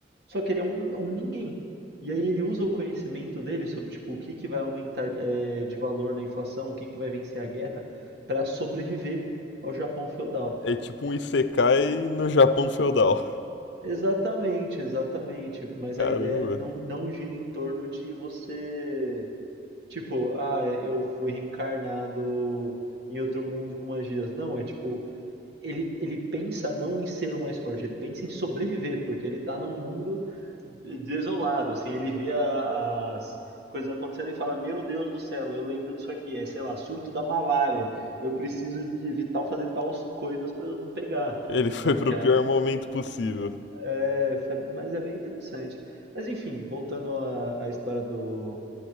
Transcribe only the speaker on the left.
é tipo um isekai no Japão feudal.
Caramba.
Ele foi
pro
pior
momento possível.